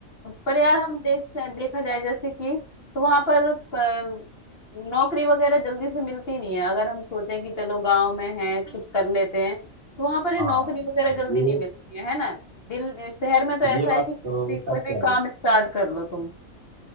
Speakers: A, on the left; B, on the right.
A: पर यार हम देख देखा जाए जैसे कि तो वहां पर अ, नौकरी वगैरह जल्दी से मिलती नहीं है अगर हम सोचें कि चलो गांव में है कुछ कर लेते हैं तो वहां पर ये
B: हाँ
A: नौकरी वगैरह
B: ये
A: जल्दी नहीं मिलती है है ना दिल शहर में तो ऐसा
B: ये
A: है
B: बात
A: कि
B: तो
A: कोई भी
B: सच
A: कोई
B: कह
A: भी
B: रहे
A: काम
B: हो
A: स्टार्ट कर लो तुम